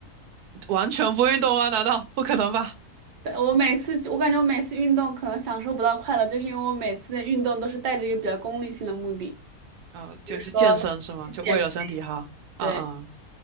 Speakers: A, on the right; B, on the right.
A: 完全不运动吗？难道不可能吧？
B: 但我每次去我感觉我每次运动可能享受不到快乐，就是因为我每次的运动都是带着一个比较功利性的目的，
A: 嗯，
B: 比如说去减，
A: 就去健身是吗？就为了身体好。
B: 对，
A: 嗯嗯，